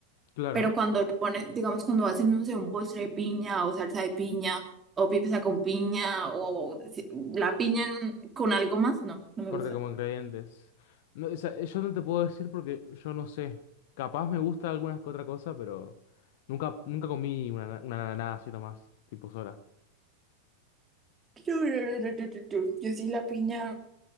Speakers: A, on the left; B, on the right.
A: Claro.
B: Pero cuando le ponen, digamos, cuando hacen, no sé, un postre de piña o salsa de piña o pizza con piña o si- la piña en- con algo más, no, no me
A: Corte
B: gusta.
A: como ingredientes. No, o sea, yo no te puedo decir porque yo no sé. Capaz me gusta alguna que otra cosa, pero nunca, nunca comí una, na- una nada así nomás, tipo sola.
B: <laughs> No, no, no, no, no, no, no. Yo sí la piña.